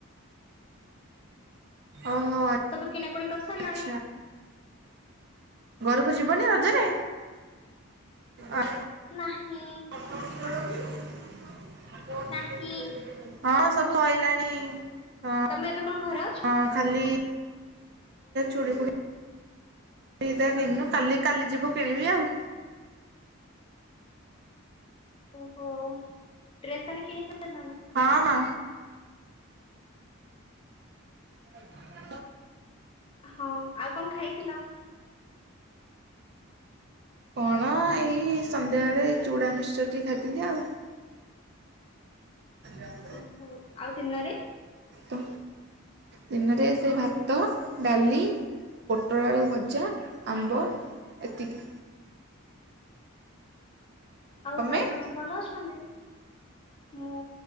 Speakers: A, on the right; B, on the left.
A: ଓହୋ।
B: କିଣା କୁଣୀ କରିସାରିଲାଣି?
A: ଆଚ୍ଛା ଘରକୁ ଯିବନି ରଜରେ? ଅ
B: ନାହିଁ।
A: <inaudible>
B: ନାହିଁ
A: ହଁ ସବୁ ସଇଲାଣି ହ।
B: ତମେ ଏବେ କଣ ଘର
A: ହଁ ଖାଲି ଚୁଡ଼ି ଫୁଡି ସେଇଟା କିଣିନୁ। କାଲି କାଲି ଯିବୁ କିଣିବି ଆଉ।
B: ଓହୋ ଡ୍ରେସ ତାଲେ କିଣି ସାରିଲୁଣି।
A: ହଁ ହଁ। <inaudible>
B: ହଁ ଆଉ କଣ ଖାଇଥିଲ?
A: କଣ ଏଇ ସନ୍ଧ୍ୟାବେଳେ ଚୁଡ଼ା ମିକ୍ସଚର ଟି ଖାଇଥିଲି ଆଉ। <inaudible>
B: ଓହୋ ଆଉ ଦିନରେ?
A: ତ ଦିନରେ ସେ ଭାତ ଡାଲି ପୋଟଳ ଆଳୁ ଭଜା, ଆମ୍ବ ଏତିକି।
B: ଆଉ
A: ତମେ?
B: ଘରେ ସମସ୍ତେ ଭଲ ଅଛନ୍ତି? ମୁଁ